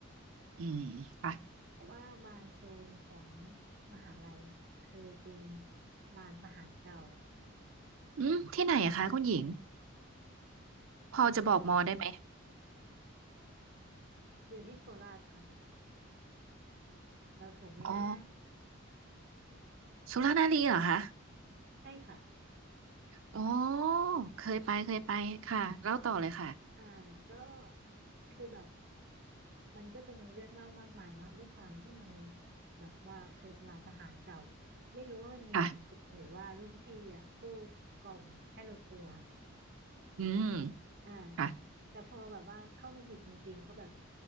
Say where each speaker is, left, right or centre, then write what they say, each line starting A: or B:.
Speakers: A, on the right; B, on the right.
A: อืมค่ะ
B: เพราะว่าบางโซนของมหาลัยเนี่ยเคยเป็นลานประหารเก่า
A: อืมที่ไหนอะคะคุณหญิงพอจะบอกมอได้ไหม
B: โคราชอยู่ที่โคราชค่ะเราถูกไหมนะ
A: อ๋อสุรานารีเหรอคะ
B: ใช่ค่ะ
A: อ๋อเคยไปเคยไปค่ะเล่าต่อเลยค่ะ
B: อ่าก็คือแบบ มันก็จะมีเรื่องเล่ามากมายเนาะด้วยความที่มันแบบว่าเคยเป็นร้านทหารเก่าไม่รู้ว่ามันมีจริงหรือว่ารุ่นพี่อ่ะพูดกล่อมให้เรากลัว
A: ค่ะอืม
B: อ่า
A: ค่ะ
B: แต่พอแบบว่าเข้ามาอยู่จริงๆก็แบบ